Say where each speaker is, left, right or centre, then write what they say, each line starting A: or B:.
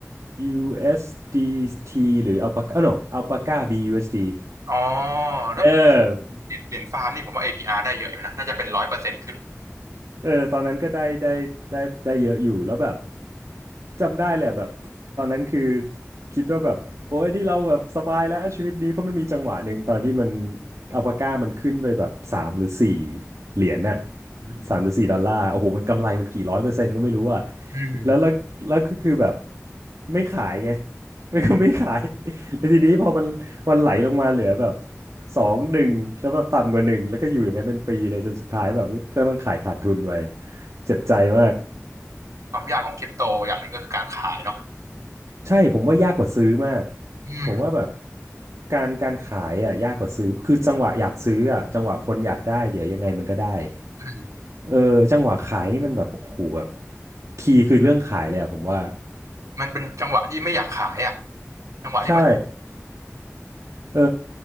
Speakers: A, on the right; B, on the right.
A: USDT หรืออัลปาก้า no อัลปาก้า BUSD เอสดี
B: อ๋อแล้ว
A: เออ
B: เหรียญเหรียญฟาร์มนี่ผมว่า APR ได้เยอะอยู่นะน่าจะเป็นร้อยเปอร์เซ็นต์ขึ้น
A: เออตอนนั้นก็ได้ได้ได้ได้เยอะอยู่แล้วแบบจำได้เลยอะแบบตอนนั้นคือคิดว่าแบบโอ้ยนี่เราแบบสบายแล้วชีวิตดีเพราะมันมีจังหวะหนึ่งตอนที่มันอัลปาก้ามันขึ้นไปแบบสามหรือสี่เหรียญน่ะ
B: อืม
A: สามหรือสี่ดอลลาร์โอ้โหมันกำไรมันกี่ร้อยเปอร์เซ็นต์ก็ไม่รู้อะ
B: อืม
A: แล้วแล้วแล้วก็คือแบบไม่ขายไง <laughs> แล้วก็ไม่ขายแล้วทีนี้พอมันมันไหลลงมาเหลือแบบ สองหนึ่งแล้วแบบต่ำกว่าหนึ่งแล้วก็อยู่อย่างนั้นเป็นปีเลยจนสุดท้ายแบบก็ต้องขายขาดทุนไปเจ็บใจมาก
B: ความยากของคริปโตอย่างหนึ่งก็คือการขายเนาะ
A: ใช่ผมว่ายากกว่าซื้อมาก
B: อืม
A: ผมว่าแบบการการขายอ่ะยากกว่าซื้อคือจังหวะอยากซื้ออ่ะจังหวะคนอยากได้เดี๋ยวยังไงมันก็ได้
B: ใช่
A: เออจังหวะขายนี่มันแบบโอ้โหแบบคีย์คือเรื่องขายเลยอ่ะผมว่า
B: มันเป็นจังหวะที่ไม่อยากขายอ่ะจังหวะที่มัน
A: ใช่ เออ